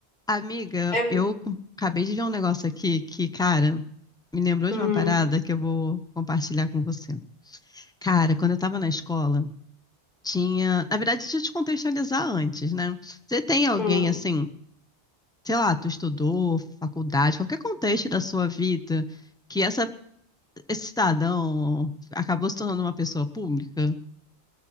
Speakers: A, in the centre; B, on the left.
A: Amiga,
B: É
A: eu acabei de ver um negócio aqui que, cara, me lembrou
B: hum,
A: de uma parada que eu vou compartilhar com você. Cara, quando eu tava na escola, tinha. Na verdade, deixa eu te contextualizar antes, né? Você tem alguém
B: hum,
A: assim, sei lá, tu estudou, faculdade, qualquer contexto da sua vida, que essa, esse cidadão acabou se tornando uma pessoa pública?